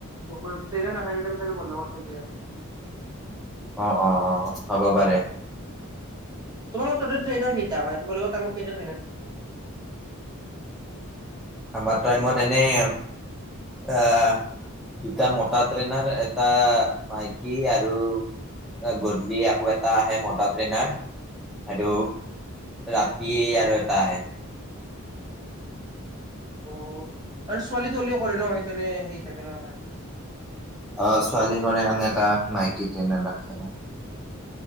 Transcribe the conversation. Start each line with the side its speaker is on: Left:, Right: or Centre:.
Right: প্ৰপাৰ ট্ৰেইনাৰ নাথাকে কাৰণে চাগে বন্ধ কৰি থৈ দিয়ে।
Centre: অ অ অ হ'ব পাৰে
Right: উ। তোমালোকৰ তাতে ট্ৰেইনাৰ কেইটা মানে তোমালোকৰ টাইমত কেইটা ট্ৰেইনাৰ থাকে। <inaudible>
Centre: আমাৰ টাইমত
Right: মানে এনে
Centre: এনেই আহ। দুটা মটা ট্ৰেইনাৰ এটা মাইকী আৰু। গধূলি আকৌ এটা আহে মটা ট্ৰেইনাৰ সেইটো। ৰাতি আৰু এটা আহে।
Right: অ আৰু ছোৱালী তোৱালিও কৰে ন সেইকাৰণে হেৰি থাকে ন টা।
Centre: অ, ছোৱালী কণে কাৰণে টা মাইকী ট্ৰেইনাৰ ৰাখে।